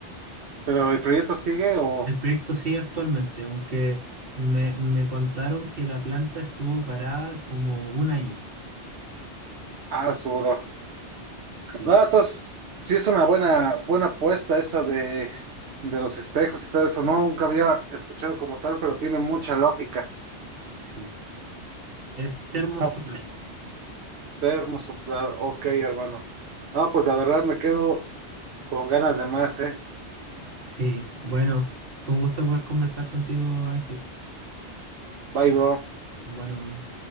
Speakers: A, on the right (about 70°); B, on the right (about 55°).
A: ¿Pero el proyecto sigue o...?
B: El proyecto sigue actualmente, aunque me, me contaron que la planta estuvo parada como un año.
A: Ah, su bro.
B: Sí,
A: No, entonces, sí es una buena, buena apuesta esa de, de los espejos y todo eso. No, nunca había escuchado como tal, pero tiene mucha lógica.
B: sí. Es termosolar.
A: Ah, termo soplado. Ok, hermano. Ah, pues la verdad me quedo con ganas de más, ¿eh?
B: Sí, bueno, fue un gusto poder conversar contigo, Ángel.
A: Bye, bro.
B: Bueno.